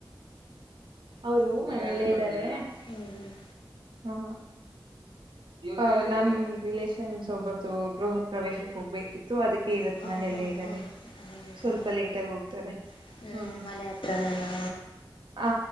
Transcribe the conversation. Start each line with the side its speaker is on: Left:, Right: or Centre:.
Right: ಅವರು ಮನೆಯಲ್ಲ ಇದ್ದಾರೆ
Left: ಹ್ಮ್ ಹ್ಮ್
Right: ಹಾ ಆ ನಮ್ ರಿಲಷನ್ಸ್ ಒಬ್ಬರ್ದು ಗೃಹ ಪ್ರವೇಶಕ್ಕೆ ಹೋಗ್ಬೇಕು ತ್ತು ಅದಕ್ಕೆ ಇವತ್
Left: ಹ್ಞೂ
Right: ಮನೆಯಲ್ಲೇ ಇದ್ದಾರೆ
Left: ಹಾಂ ಹಾಂ ಹಾಂ
Right: ಸ್ವಲ್ಪ
Left: ಹೌದಾ
Right: ಲೇಟ್ ಆಗ ಹೋಗ್ತಾರೆ
Left: ಹ್ಞೂ
Right: ಹ್ಮ್
Left: ಮನೆ ಹತ್ರನೇನಾ
Right: ಹ